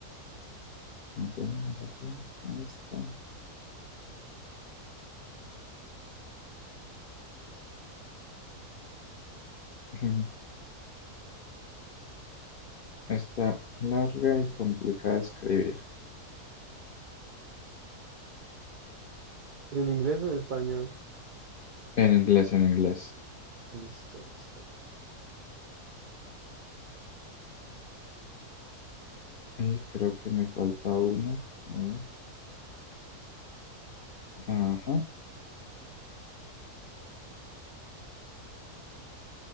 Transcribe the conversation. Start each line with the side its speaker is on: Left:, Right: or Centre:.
Left: de- de- de- esta. <laughs> Está larga y complicada de escribir.
Right: En inglés o en español.
Left: En inglés, en inglés.
Right: Listo, listo.
Left: Y creo que me falta una. A ver. Ajá.